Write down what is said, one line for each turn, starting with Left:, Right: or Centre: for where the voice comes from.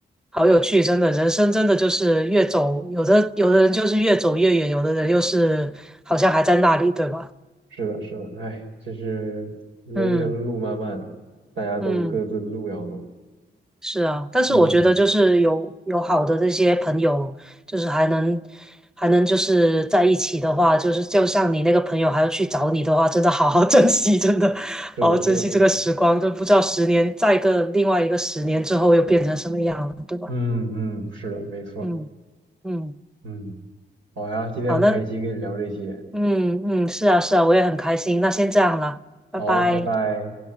Centre: 好有趣，真的，人生真的就是越走，有的有的人就是越走越远，有的人又是好像还在那里，对吧？
Right: 是的，是的，哎，这是人生路漫漫，
Centre: 嗯
Right: 大家都各自的路要走。
Centre: 嗯。是啊，但是我觉得就是有有好的这些朋友，
Right: 嗯，
Centre: 就是还能还能就是在一起的话，就是就像你那个朋友还要去找你的话，真的好好 <laughs> 珍惜，真的好好珍惜这个时光，
Right: 是的，是的，
Centre: 就不知道十年再一个另外一个十年之后又变成什么样了，对吧？
Right: 嗯嗯，是的，没错，
Centre: 嗯嗯，
Right: 嗯，好呀，今天很开心跟你聊这些，
Centre: 好，那嗯嗯，是啊是啊，我也很开心，那先这样了，拜拜。
Right: 好，拜拜。